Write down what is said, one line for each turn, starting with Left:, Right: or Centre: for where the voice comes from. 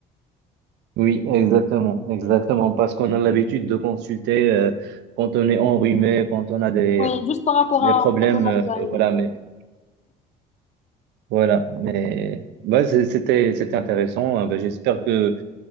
Right: Oui, exactement, exactement, parce qu'on a l'habitude de consulter euh, quand on est enrhumé, quand on a des,
Left: Oui, juste par rapport
Right: des
Left: à
Right: problèmes,
Left: à mon organe.
Right: euh, voilà, mais voilà, mais bah, c'est- c'était c'était intéressant. hein. Bah, j'espère que